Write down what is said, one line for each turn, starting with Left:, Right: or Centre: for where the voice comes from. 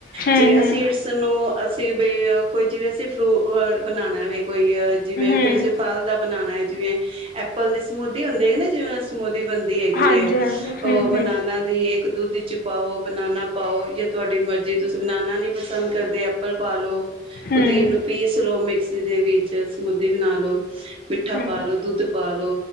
Left: ਹਮ
Right: ਚਿਆ
Left: ਹਮ
Right: ਸੀਡਸ ਨੂੰ ਅਸੀਂ <unintelligible> ਤੇ ਵੇ ਆ ਕੋਈ ਜਿਵੇਂ ਸ ਤੇ ਫਰੂਟ ਵਰਡ ਬਣਾਣਾ ਵੇ ਕੋਈ, ਹ ਜਿਵੇਂ ਕੋਈ
Left: ਹਮ
Right: ਕਿਸੇ ਫਲ ਦਾ ਬਣਾਉਣਾ ਹੈ, ਜਿਵੇਂ ਐਪਲ ਦੀ ਸਮੂਦੀ ਹੁੰਦੀ ਹੈ ਨਾ, ਜਿਵੇਂ ਸਮੁਦ ਦੀ ਬਣਦੀ ਹੈਗੀ
Left: ਹਾਂਜੀ
Right: ਹੈ।
Left: ਹਾਂਜੀ
Right: ਉਹ
Left: ਹਮ
Right: ਬਨਾਨਾ
Left: ਹਮ
Right: ਦੀ ਇੱਕ ਦੁੱਧ ਚ ਪਾਓ, ਬਨਾਨਾ ਪਾਓ, ਜਾਂ ਤੁਹਾਡੀ ਮਰਜ਼ੀ ਹੇ ਤੁਸੀਂ ਬਨਾਨਾ ਨੀ ਪਸੰਦ ਕਰਦੇ। ਐਪਲ ਪਾ ਲਓ,
Left: ਹਮ
Right: ਉਦੀ ਨੂੰ ਪੀਸ ਲਓ ਮਿਕਸ ਜਿਦੇ ਵਿੱਚ ਸਮੂਦੀ ਬਣਾ ਲਓ ਮਿੱਠਾ
Left: ਹਮ
Right: ਪਾ ਲੋ ਦੁੱਧ ਪਾ ਲੋ